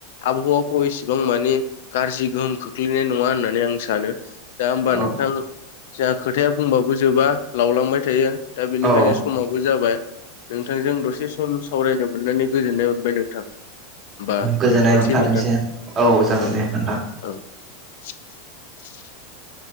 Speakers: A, on the left; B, on the right.
A: आबहावाखौ एसेबां माने गाज्रि गोहोम खोख्लैनाय नङा होननानै आं सानो दा होमबा
B: औ
A: नोंथां जा खोथाया बुंबाबो जोबा लावलांबाय थायो दा बेनिखायनो
B: औ
A: समाबो जाबाय नोंथांजों दसे सम सावरायनो मोननानै गोजोननाय मोनबाय नोंथां होमबा
B: गोजोननाय
A: दोनथ'सै
B: थाथोंसै
A: नोंथां
B: जागोन
A: औ
B: दे नोंथां
A: औ <inaudible>